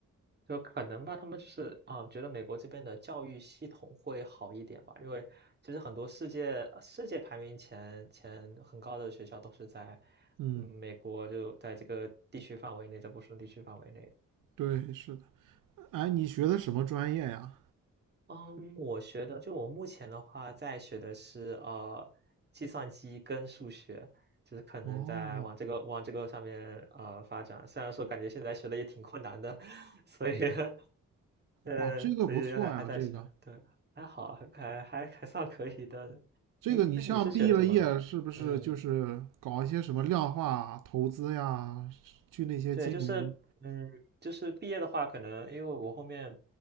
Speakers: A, on the right; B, on the right.
A: 就可能吧，他们就是啊，觉得美国这边的教育系统会好一点吧，因为其实很多世界世界排名前前很高的学校都是在
B: 嗯，
A: 嗯美国，就在这个地区范围内，在波士顿地区范围内。
B: 对，是的。哎，你学的什么专业呀？
A: 嗯，我学的就我目前的话，在学的是呃计算机跟数学，就是可能在往这个往这个上面呃发展。
B: 哦，
A: 虽然说感觉现在学的也挺困难的，<laughs> 所以 <laughs> 呃，
B: 哇，这个不错呀，
A: 所以还还在学，
B: 这个
A: 对，还好，还还还算可以的。对咦，
B: 这个，你像毕了业是不是就是搞一些什么量化投资呀，
A: 那你是学的什么的？嗯，
B: 去那些金融，
A: 对，就是，嗯，就是毕业的话，可能因为我后面